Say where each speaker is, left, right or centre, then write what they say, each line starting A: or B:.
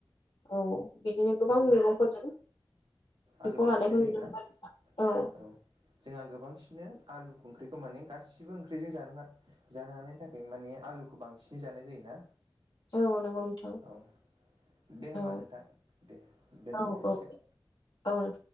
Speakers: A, on the left; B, on the right.
A: औ बिदिनो गोबां
B: औ
A: मैगंफोरजों बिफाव
B: आलुखौ
A: लानायखौ
B: जानाय
A: नुनो
B: जायोना?
A: मोनो आरो।
B: औ जोंहा गोबांसिनो आलुखो ओंख्रिखौ माने गासिबो ओंख्रिजों जा जानो हानायनि थाखाय माने आलुखौ बांसिन। सिनै जानाय जायोना?
A: औ नंगौ नोंथां
B: औ दे होमबा
A: औ
B: नोंथां दे दोनथ'नाय
A: औ
B: जासिगोन।
A: औ औ नोंथां